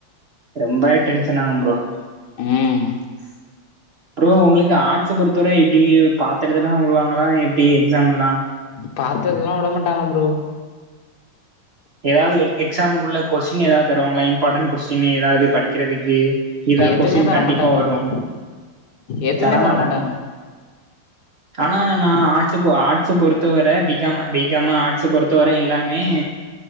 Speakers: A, on the right; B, on the left.
A: ரொம்பவே டென்ஷன் ஆகு ப்ரோ
B: ம்
A: <inaudible> ப்ரோ உங்களுக்கு ஆர்ட்ஸ பொறுத்தவரை எப்டி பாத்து எழுதலா வுடுவாங்களா எப்டி எக்ஸாமெல்லா
B: பாத்தெழுதல்லா விடமாட்டாங்க ப்ரோ
A: எதாவ்து எக் எக்ஸாமுக்கு உள்ள கொஸ்டின் எதாவ் தருவாங்களா இம்பார்ட்டன்ட் கொஸ்டின் எதாவ்து படிக்கிறதுக்கு இதா
B: எதுமே
A: கொஷ்டின்
B: தர
A: கண்டிப்பா
B: மாட்டாங்க
A: வரு
B: ப்ரோ எதுமே
A: தரமாட்டாங்க
B: தர மாட்டாங்க
A: ஆனா நா ஆர்ட்ஸ் பொ ஆர்ட்ஸ பொறுத்த வர பி காம் பி காம ஆர்ட்ஸ பொறுத்த வர எல்லாமே